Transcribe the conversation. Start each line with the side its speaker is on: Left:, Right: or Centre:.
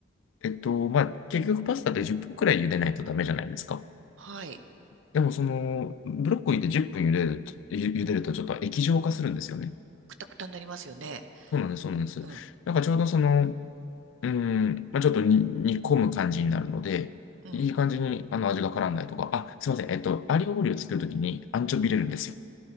Left: えっと、まあ、結局パスタって10分くらい茹でないとダメじゃないですか。
Right: はい。
Left: でもその、ブロッコリーって10分茹でると、ゆ茹でるとちょっと液状化するんですよね。
Right: くたくたになりますよね。
Left: そうなんです、そうなんです。
Right: うん、
Left: なんかちょうどその、うん、まあ、ちょっとに煮込む感じになるので、
Right: うん、
Left: いい感じにあの味が絡んだりとか、あ、すいません、えっと、アリオオリを作るときにアンチョビ入れるんですよ。
Right: うん。